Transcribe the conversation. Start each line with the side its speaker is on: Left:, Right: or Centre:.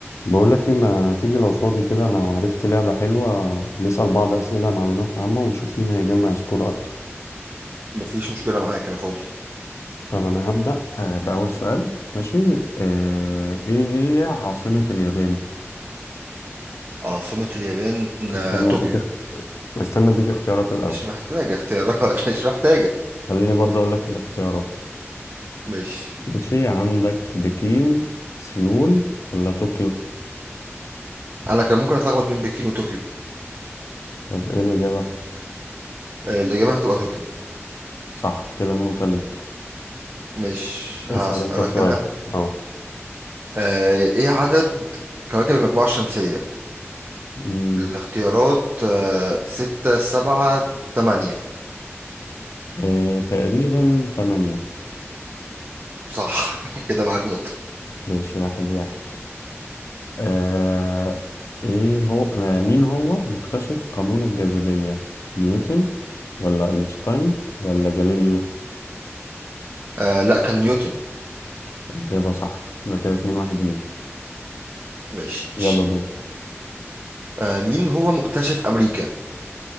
Left: بقولك ايه ما تيجي لو فاضي كده انا عرفت لعبة حلوة نسأل بعض أسئلة معلومات عامة ونشوف مين هيجمع سكور اكتر
Right: مفيش مشكلة معاك أنا فاضي
Left: طب أنا هبدأ آه، بأول سؤال ماشي آه، إيه هي عاصمة اليابان؟
Right: عاصمة اليابان
Left: استنى
Right: آه، طوكيو
Left: أديك استنى أديك اختيارات الأول
Right: مش محتاجة اختيارات <laughs> مش محتاجة
Left: خليني برضه أقول لك الاختيارات
Right: مش
Left: ماشي عندك بكين سيول ولا طوكيو
Right: أنا كان ممكن أتلخبط بين بكين وطوكيو
Left: طب إيه الإجابة؟
Right: آه، الإجابة هتبقى طوكيو
Left: صح كده نقطة ليك
Right: مش هسألك
Left: اسأل أنت سؤال
Right: أنا
Left: أه
Right: آه، إيه عدد كواكب المجموعة الشمسية
Left: أمم،
Right: الاختيارات آه، ستة سبعة تمانية
Left: آه، تقريبا تمانية
Right: صح <laughs> كده معاك نقطة
Left: ماشي واحد واحد آه ايه هو آه مين هو مكتشف قانون الجاذبية نيوتن ولا اينشتاين ولا جاليليو
Right: آه، لأ كان نيوتن
Left: الإجابة صح يبقى كده اتنين واحد ليك
Right: مش
Left: يلا دور
Right: آه، مين هو مكتشف أمريكا